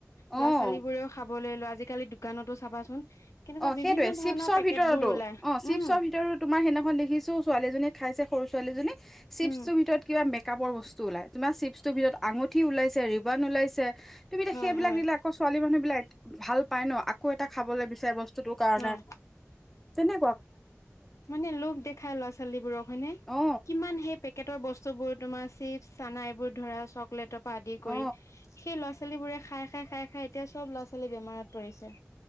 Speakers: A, in the centre; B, on the left.
A: অ
B: ল'ৰা ছোৱালী বোৰেও খাবলৈ লয় আজিকালি দোকানতো চাবাচোন কেনেকুৱা
A: অ
B: বিভিন্ন
A: সেইটোয়ে
B: ধৰণৰ
A: চিপছৰ
B: পেকেট
A: ভিতৰতো
B: বোৰ ওলাই
A: অ চিপছৰ
B: উম
A: ভিতৰত তোমাৰ সেইদিনাখন দেখিছোঁ ছোৱালীজনী খাইছে সৰু ছোৱালীজনী চিপছৰ
B: উম
A: ভিতৰত কিবা মেকাপৰ বস্তু বস্তু ওলাই তোমাৰ চিপছৰ ভিতৰত আঙঠি ওলাইছে ৰিবান ওলাইছে তুমি এতিয়া
B: হয়
A: সেইবিলাক
B: হয়
A: দিলে আকৌ ছোৱালী মানুহ বিলাক ভাল পায় ন, আকৌ এটা খাবলৈ বিচাৰে বস্তু। বস্তুটোৰ কাৰণে
B: অ
A: তেনে
B: মানে লোভ দেখাই ল'ৰা ছোৱালীবোৰক হয়নে
A: অ
B: কিমান সেই পেকেটৰ বস্তু বস্তু বোৰ তোমাৰ চিপছ চানা এইবোৰ ধৰা চকলেটৰ পৰা আদি
A: অ
B: কৰি সেই ল'ৰা ছোৱালীবোৰে খাই খাই খাই খাই এতিয়া চব ল'ৰা ছোৱালী বেমাৰত পৰিছে।